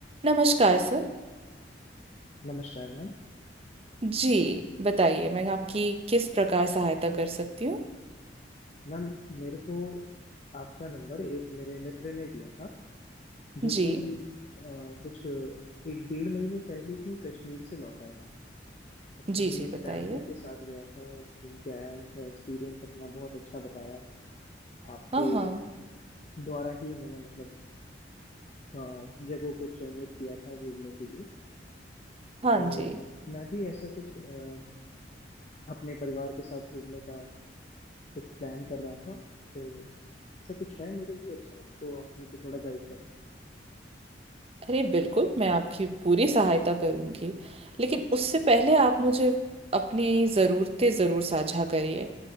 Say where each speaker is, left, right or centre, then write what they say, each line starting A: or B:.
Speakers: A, on the right; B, on the left.
A: नमस्कार सर
B: नमस्कार ma'am
A: जी बताइए मैं आपकी किस प्रकार सहायता कर सकती हूँ
B: Ma'am मेरे को आपका नंबर एक मेरे मित्र ने दिया था जो
A: जी
B: कि अ, कुछ एक डेढ़ महीने पहले ही कश्मीर से लौटा है अपनी
A: जी जी बताइए
B: फैमिली के साथ गया था घूम के आया उसने एक्सपीरियंस अपना बहुत अच्छा बताया आपके
A: हाँ हाँ
B: द्वारा ही उन्होंने मतलब अ, जगहों को चयनित किया था घूमने के लिए
A: हाँ
B: तो
A: जी
B: मैं भी ऐसा कुछ अ, अपने परिवार के साथ घूमने का कुछ प्लान कर रहा था तो ऐसा कुछ है मेरे लिए अच्छा तो आप मुझे थोड़ा गाइड करें
A: अरे बिल्कुल मैं आपकी पूरी सहायता करूँगी लेकिन उससे पहले आप मुझे अपनी ज़रूरतें ज़रूर साझा करिए